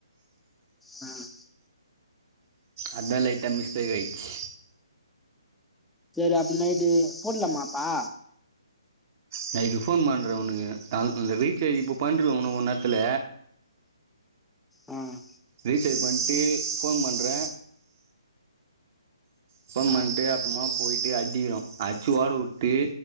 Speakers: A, in the centre; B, on the right (about 35°).
A: ம்
B: அதா லைட்ட மிஸ்டேக் ஆய்ச்சு
A: சேரி அப்டி நைட்டு போட்லமா அப்ப
B: நைட்டு ஃபோன் பண்றேன் ஒனுக்கு ரீச்சார்ஜ் இப்போ பண்ற ஒனும் ஒ நேர்த்துல
A: ம்
B: ரீசார்ஜ் பண்ட்டு ஃபோன் பண்ற அப்பம்
A: ஆ
B: பண்ட்டு அப்பமா போயிட்டு அடிக்கிறோம் அட்ச்சு ஓட வுட்டு